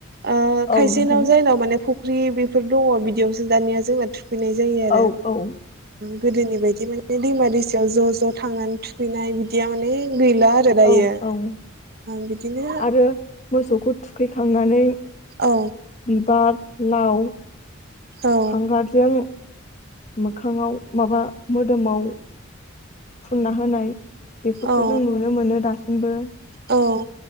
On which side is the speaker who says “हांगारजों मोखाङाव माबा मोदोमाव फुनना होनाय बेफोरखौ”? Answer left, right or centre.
Left